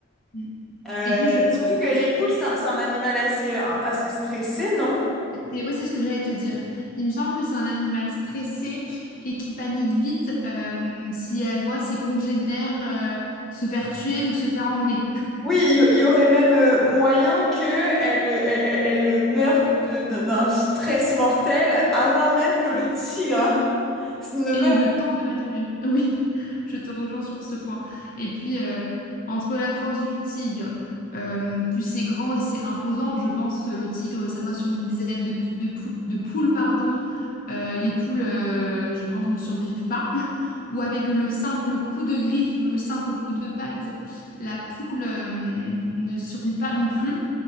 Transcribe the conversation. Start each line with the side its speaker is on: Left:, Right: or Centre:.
Left: Mm.
Centre: Euh,
Left: Et puis je pense
Centre: surtout que les
Left: que
Centre: poules c'est un, c'est un animal assez assez stressé non?
Left: C'est, oui, c'est ce que j'allais te dire. Il me semble que c'est un animal stressé et qui panique vite euh, si elle voit ses congénères euh, se faire tuer ou se faire emmener.
Centre: Oui, il y, il y aurait même euh, moyen que elle, euh, elle, elle, euh, meure de- d'un d'un stress mortel avant même que le
Left: <laughs>
Centre: tigre ne
Left: Et
Centre: meure.
Left: eu le temps de la tuer. <laughs> Oui, je te rejoins sur ce point. Et puis, euh, entre la force du tigre, euh, puis c'est grand et c'est imposant, je pense euh, le tigre s'assoit sur une dizaine de, pu- de, pou- de poules, pardon. Euh, les poules, euh, je pense, ne survivent pas. <laughs> Ou avec le simple coup de griffe ou le simple coup de patte, la poule, euh, ne survit pas non plus.